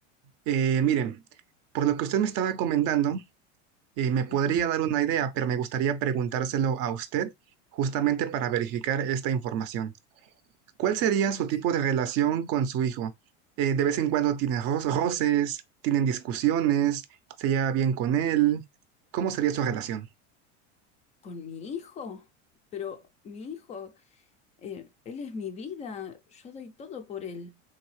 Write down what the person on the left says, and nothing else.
Ujú.
¿Qué
cosa?
¿Con mi hijo? Pero mi hijo, eh, él es mi vida, yo doy todo por él.